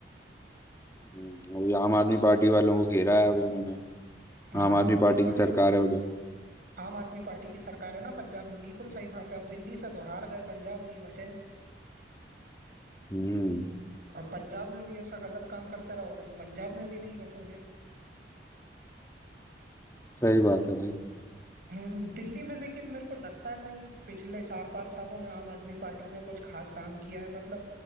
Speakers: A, on the left; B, on the right.
A: हम्म, और ये आम आदमी
B: स-
A: पार्टी वालों को घेरा है अब उन्होंने
B: हाँ
A: आम आदमी
B: हाँ बिल्कुल
A: पार्टी की सरकार
B: यार
A: है उधर
B: आम आदमी पार्टी की सरकार है ना पंजाब में बिल्कुल सही बात है अब दिल्ली से तो हार गए पंजाब में ही बचे हैं
A: हम्म
B: और पंजाब में भी ऐसा गलत काम करते रहोगे तो पंजाब में भी नहीं बचोगे
A: सही बात है भाई
B: हम्म, दिल्ली में लेकिन मेरे को लगता है नहीं पिछले चार पांच सालों में आम आदमी पार्टी ने कुछ खास काम किया है मतलब